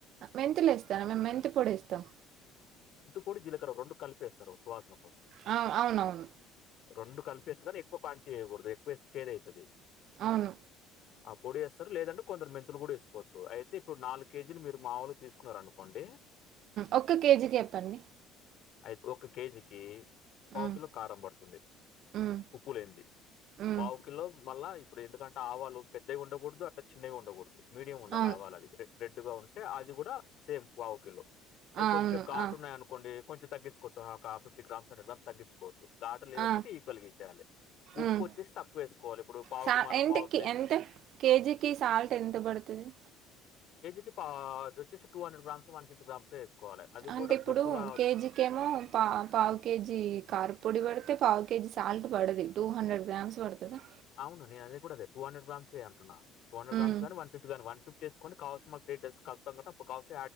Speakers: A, on the right (about 60°); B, on the left (about 60°).
A: మెంతులు వేస్తానా మేము మెంత పొడిేస్తాం
B: పడి జీలకరం రెడు కలిపేస్తారుువాస కోసం
A: ఆ అవునవును
B: రెండు కలిపేసిగాని ఎక్కువ కవాంటిటీ వయకూడదు ఎక్కువే చేద అవుతుది
A: అవును
B: ఆ పొడి వేస్తారు లేదంటే కొందరు మెంతులు కూడా వేసుకోవచ్చు అయితే ఇప్పుడు నాలుగు కేజీలు మీరు మామూలు తీసుకున్నారు అనుకోండి
A: ఒక్క కేజీకి చెప్పండి
B: అయితు ఒక కేజికి పావుకిలో
A: ఉమ్
B: కారం పడుతుంది
A: ఉమ్
B: ఉప్పు లేంది
A: ఉమ్
B: పావుకిల్లో మళ్ళ ఇప్పుడు ఎందుకంటే ఆవాలు పెద్దగా ఉండకూడదు అట్లా చిన్నవిగా ఉండకూడదు మీడియం ఉండాలి
A: అవును
B: ఆవాాలగే రెడ్ గా ఉంటే అది కూడా సేమ్ పావు కలో అవి
A: ఆ
B: కొంచెం
A: అవును
B: ఘాటు
A: ఆ
B: ఉన్నాయ అనుకోండి కొంచం తగ్చకోవు ఒక ఆ ఫిఫ్టీ గ్రామ్స్ తగ్చుకోచ్చ ఘాలు లేవనుకుంటే
A: ఆ
B: ఈక్వల్ గా ఇచ్చేయాలి ఉప్పు
A: ఉమ్
B: వచ్చేసి తక్కువ వేసుకోవాలి ఇప్పుడు పావుకు
A: సా
B: మనం
A: ఇంటికి
B: పావు కిలో వేసి-
A: ఎంత కేజీకి సాల్ట్ ఎంత పడుతుంది
B: వచ్చసి two hundred grams one fifty grams వేసుకోవాలి అది
A: అంటే
B: కూడా
A: ఇప్పుడు
B: దొడ్డు రా
A: కేజీకిేమో పా పావు కేజీ కార పొడి పడితే పావు కేజీ సాల్ట్ పడది టూ హండ్రెడ్ గ్రామ్స్ పడుతుందిా
B: అవును నే అది కూడాద టూ హండ్రె గ్రామ్స్ే అంటన్నా టూ హ్రెడ్ గ్రామ్స్
A: ఉమ్
B: కానీ వన్ ఫిఫటీ ని వన్ ఫిఫ్టీ చేసుకోని కావాల్సిన గ్రేెస్తండువస